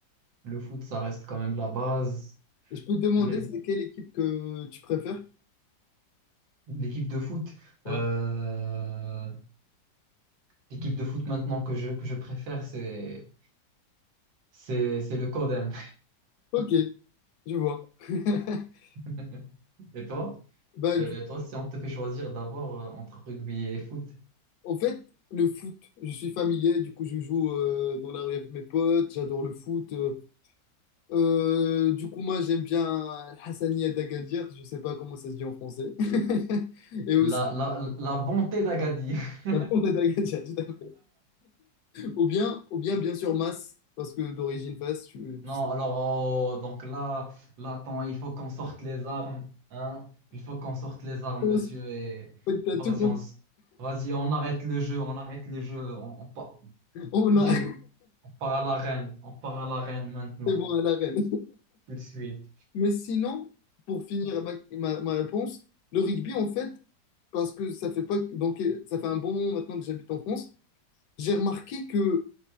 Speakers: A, on the right; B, on the left.
A: Le foot, ça reste quand même la base.
B: Et je peux te demander
A: Même
B: c'est quelle équipe que tu préfères?
A: l'équipe de foot,
B: Ouais.
A: euh, l'équipe de foot maintenant que je, que je préfère, c'est, c'est, c'est le Codem.
B: Ok, je vois. <laughs>
A: <laughs> Et toi?
B: Bah,
A: Euh,
B: du-
A: toi, si on te fait choisir d'abord euh, entre rugby et foot,
B: en fait, le foot, je suis familier, du coup, je joue euh, dans la rue avec mes potes, j'adore le foot. euh. Euh, du coup, moi, j'aime bien Hassania d'Agadir, je sais pas comment ça se dit en français. <laughs> Et aussi,
A: la, la, la bonté d'Agadir. <laughs>
B: la bande d'Agadir, tout à fait. Ou bien, ou bien, bien sûr, Mas, parce que d'origine Fas, tu,
A: Non,
B: tu sais.
A: alors, oh, donc là, là, attends, il faut qu'on sorte les armes. Hein? Il faut qu'on sorte les armes,
B: En
A: monsieur. Et
B: fait, t'as
A: vas-y,
B: tout compris.
A: on, s- vas-y, on arrête le jeu, on arrête le jeu. On, on, part-
B: Oh non,
A: direct
B: <laughs>
A: part à la reine. On part à la reine maintenant,
B: c'est bon, à la reine.
A: tout de suite.
B: Mais sinon, pour finir ma, ma- ma réponse, le rugby, en fait, parce que ça fait pas, donc, euh, ça fait un bon moment maintenant que j'habite en France, j'ai remarqué que